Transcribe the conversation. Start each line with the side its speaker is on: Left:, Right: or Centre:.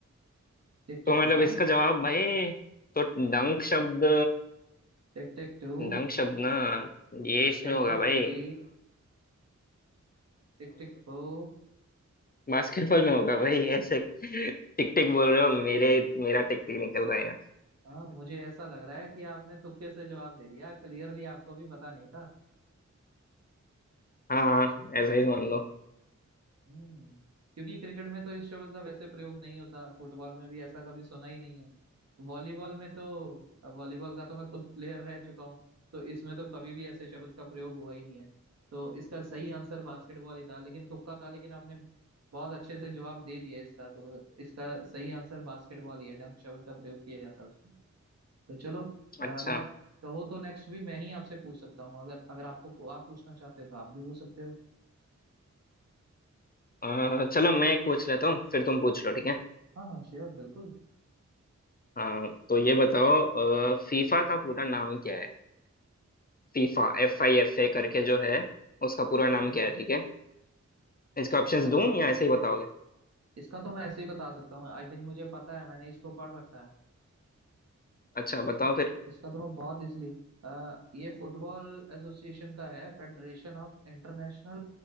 Right: tick tick
Left: तो मतलब
Right: one
Left: इसका जवाब भाई तो डंक शब्द
Right: Tick tick two
Left: डंक शब्द ना ये इसमें
Right: Tick
Left: होगा
Right: tick
Left: भाई
Right: three Tick tick four
Left: बास्केटबॉल में होगा भाई ऐसे टिक टिक बोल रहे हो मेरे मेरा टिक टिक निकल रहा है
Right: हाँ मुझे ऐसा लग रहा है कि आपने तुक्के से जवाब दे दिया क्लियरली आपको भी पता नहीं था
Left: हाँ ऐसा ही मान लो
Right: हम्म क्योंकि क्रिकेट में तो इस शब्द का वैसे प्रयोग नहीं होता फुटबॉल में भी ऐसा कभी सुना ही नहीं है वॉलीबॉल में तो वॉलीबॉल का तो मैं खुद प्लेयर रह चुका हूँ तो इसमें तो कभी भी ऐसे शब्द का प्रयोग हुआ ही नहीं है तो इसका सही आंसर बास्केटबॉल ही था लेकिन तुक्का था लेकिन आपने बहुत अच्छे से जवाब दे दिया इसका तो इसका सही आंसर बास्केटबॉल ही है डंक शब्द का प्रयोग किया जाता है उसमें तो चलो अ,
Left: अच्छा
Right: अगर आप कहो तो नेक्स्ट भी मैं ही आपसे पूछ सकता हूँ अगर अगर आपको आप पूछना चाहते हो तो आप भी पूछ सकते हो
Left: अ, चलो मैं एक पूछ लेता हूँ फिर तुम पूछ लो ठीक है
Right: हाँ हाँ श्योर बिल्कुल
Left: हाँ तो ये बताओ फीफा का पूरा नाम क्या है FIFA F I F A करके जो है उसका
Right: ओके
Left: पूरा नाम क्या है ठीक है इसका ऑप्शंस दूं या ऐसे ही बताओगे
Right: इसका तो मैं ऐसे ही बता सकता हूँ आई थिंक मुझे पता है मैंने इसको पढ़ रखा है
Left: अच्छा बताओ फिर
Right: इसका तो मैं बहुत इसलिए अ, ये फुटबॉल एसोसिएशन का है federation of international